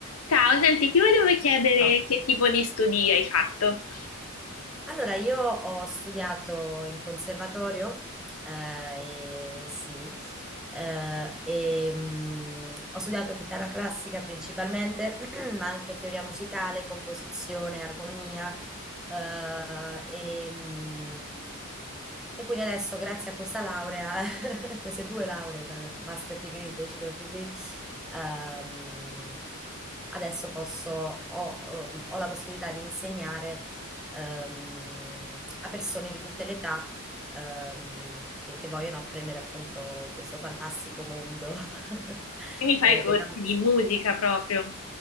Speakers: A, on the left (about 70°); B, in the centre.
A: Ciao, senti, ti volevo chiedere
B: Ciao.
A: che tipo di studi hai fatto.
B: Allora, io ho studiato in conservatorio, eh, e, sì, eh, e, mh, ho studiato chitarra classica principalmente, <clears throat> ma anche teoria musicale, composizione, armonia, eh, e, mh, e quindi adesso, grazie a questa laurea, <laughs> queste due lauree, master degree, bachelor degree, ehm, adesso posso, ho ho la possibilità di insegnare ehm, a persone di tutte le età ehm, che, che vogliono apprendere appunto questo fantastico mondo <laughs>
A: Quindi fai
B: eh,
A: corsi
B: della musica.
A: di musica proprio.